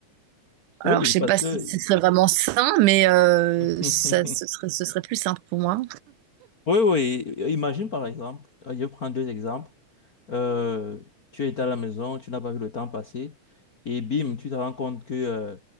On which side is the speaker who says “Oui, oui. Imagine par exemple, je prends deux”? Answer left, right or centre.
Left